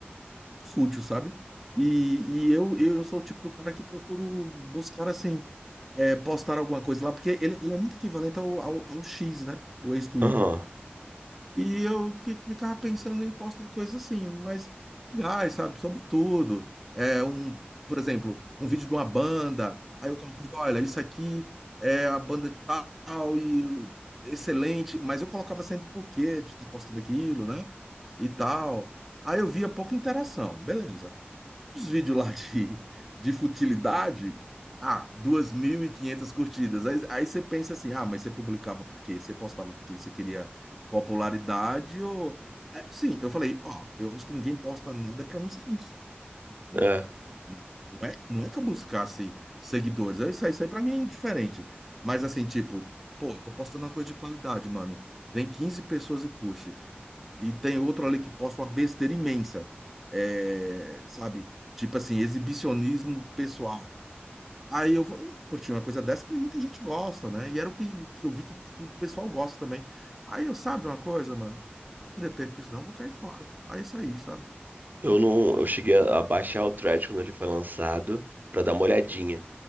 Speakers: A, in the centre; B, on the right (about 45°).
A: fútil, sabe? E, e eu, eu sou o tipo do cara que procuro buscar, assim, é, postar alguma coisa lá, porque ele, ele é muito equivalente ao, ao, ao X, né? O ex-Twitter.
B: aham,
A: E eu fi- ficava pensando em postos de coisas assim, mas, ai, sabe, sobre tudo. É um, por exemplo, um vídeo de uma banda, aí eu colocava, olha, isso aqui é a banda tal e excelente, mas eu colocava sempre por quê de estar postando aquilo, né? E tal. Aí eu via pouca interação, beleza. Os vídeos lá de, de futilidade, ah, 2.500 curtidas. Aí, aí você pensa assim, ah, mas você publicava por quê? Você postava porque você queria popularidade ou... É, sim, eu falei, ó, eu acho que ninguém posta nada para não ser visto, né?
B: é.
A: Não é, não é que eu buscasse seguidores, isso aí, isso aí pra mim é indiferente. Mas assim, tipo, pô, tô postando uma coisa de qualidade, mano. Vem 15 pessoas e curte e tem outro ali que posta uma besteira imensa, é, sabe? Tipo assim, exibicionismo pessoal. Aí eu vou curtir uma coisa dessa que muita gente gosta, né? E era o que, que eu vi que, que o pessoal gosta também. Aí eu, sabe uma coisa, mano? Não perder tempo com isso, não, eu vou cair fora. Aí saí, sabe?
B: Eu não, eu cheguei a a baixar o thread quando ele foi lançado pra dar uma olhadinha.